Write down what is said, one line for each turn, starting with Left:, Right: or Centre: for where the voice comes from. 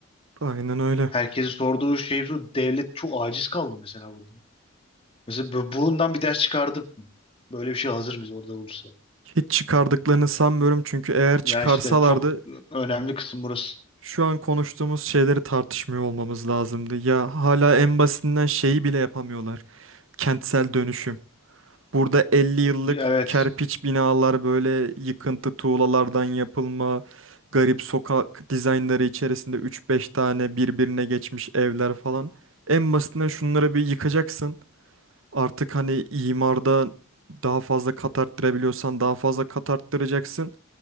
Right: Aynen öyle.
Left: Herkesi sorduğu şey şu. Devlet çok aciz kaldı mesela burada. Mesela bu- bundan bir ders çıkardık mı? Böyle bir şey hazır mıyız orada olursa?
Right: Hiç çıkardıklarını sanmıyorum çünkü eğer
Left: Ya
Right: çıkarsalardı
Left: işte çok önemli kısım burası.
Right: şu an konuştuğumuz şeyleri tartışmıyor olmamız lazımdı. Ya hala en basitinden şeyi bile yapamıyorlar. Kentsel dönüşüm. Burada 50 yıllık
Left: Evet.
Right: kerpiç binalar böyle yıkıntı tuğlalardan yapılma, garip sokak dizaynları içerisinde 3-5 tane birbirine geçmiş evler falan. En basitinden şunları bir yıkacaksın. Artık hani imarda daha fazla kat arttırabiliyorsan daha fazla kat arttıracaksın.